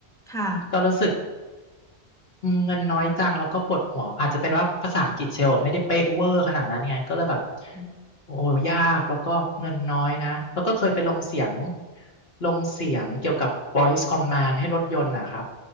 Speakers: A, in the centre; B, on the left.
A: ค่ะ
B: ก็รู้สึกอืมเงินน้อยจังแล้วก็ปวดหัวอาจจะเป็นว่าภาษาอังกฤษเชลอะไม่ได้เป๊ะเวอร์ขนาดนั้นไงก็เลยแบบ
A: อืม
B: โอ้ยากแล้วก็เงินน้อยนะแล้วก็เคยไปลงเสียงลงเสียงเกี่ยวกับ voice command ให้รถยนต์นะครับ